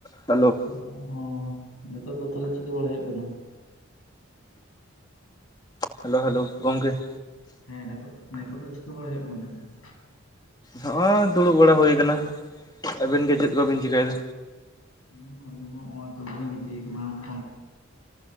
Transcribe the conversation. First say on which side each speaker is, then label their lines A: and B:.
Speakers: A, on the left (about 20°); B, on the left (about 80°).
A: Hello
B: ᱚᱜ ᱦᱚᱸ ᱱᱤᱛᱚᱜ ᱫᱚ ᱛᱟᱦᱚᱞᱮ ᱪᱤᱠᱟᱹ ᱵᱟᱲᱟᱟᱭ ᱦᱩᱭᱩᱜ ᱠᱟᱱᱟ?
A: ᱦᱮᱞᱳ ᱦᱮᱞᱳ ᱜᱚᱢᱠᱮ ᱾
B: ᱦᱮᱸ ᱱᱤᱛᱚᱜ, ᱱᱤᱛᱚᱜ ᱫᱚ ᱪᱤᱠᱟᱹ ᱵᱟᱲᱟᱭ ᱦᱩᱭᱩᱜ ᱠᱟᱱᱟ ᱛᱟᱦᱚᱞᱮ?
A: ᱱᱚᱜᱼᱚᱭ ᱫᱩᱲᱩᱵ ᱵᱟᱲᱟ ᱦᱩᱭ ᱠᱟᱱᱟ ᱾ ᱟᱵᱤᱱ ᱜᱮ ᱪᱮᱫ ᱠᱚᱵᱤᱱ ᱪᱤᱠᱟᱹᱭᱮᱫᱟ?
B: ᱦᱩᱸ, <inaudible> ᱟᱞᱤᱧ ᱦᱚᱸ ᱛᱚᱞᱤᱧ ᱜᱤᱛᱤᱡ ᱠᱟᱱᱟ <inaudible>